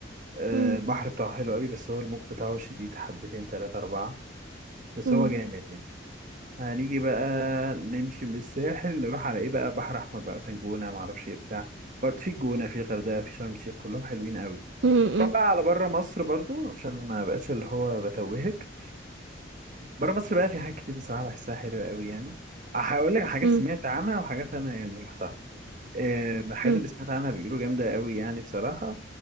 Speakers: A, on the right (about 40°); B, on the right (about 65°).
A: أه
B: مم.
A: البحر بتاعه حلو قوي بس هو الموج بتاعه شديد حبتين تلاتة أربعة بس
B: مم.
A: هو جامد يعني هنيجي بقى نمشي من الساحل نروح على إيه بقى بحر أحمر بقى مثلا جونة معرفش إيه بتاع برضه في الجونة في الغردقة في شرم الشيخ كلهم حلوين قوي
B: مم.
A: نروح بقى على بره مصر برضه عشان ما بقاش اللي هو بتوهك بره مصر بقى في حاجات كتير بصراحة بحسها حلوة قوي يعني هقول لك حاجات
B: مم.
A: سمعت عنها وحاجات أنا يعني رحتها آه، من الحاجات
B: مم.
A: اللي سمعت عنها بيقولوا جامدة قوي يعني بصراحة